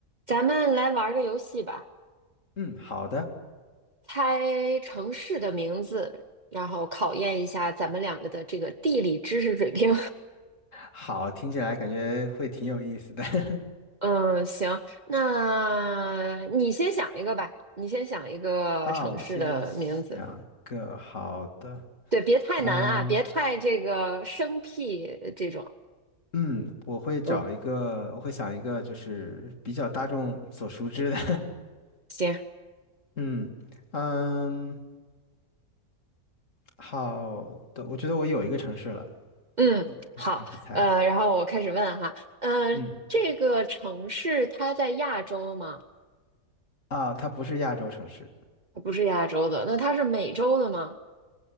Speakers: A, on the right; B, on the left.
A: 咱们来玩儿个游戏吧，
B: 嗯，好的，
A: 猜城市的名字，然后考验一下咱们两个的这个地理知识水平。
B: 好，听起来感觉会挺有意思的 <laughs>
A: <laughs> 嗯，行，那你先想一个吧，你先想一个城市的名字。
B: 啊。我先想一个好的，
A: 对，别太难啊，
B: 嗯
A: 别太这个生僻呃这种。
B: 嗯，我会找一个，
A: 嗯，
B: 我会想一个就是比较大众所熟知的，
A: 行，
B: <laughs> 嗯嗯，好的，我觉得我有一个城市了，
A: 嗯，好，
B: 可以开始猜了。
A: 呃，然后我开始问哈，呃，
B: 嗯
A: 这个城市它在亚洲吗？
B: 啊，它不是亚洲城市，
A: 它不是亚洲的，那它是美洲的吗？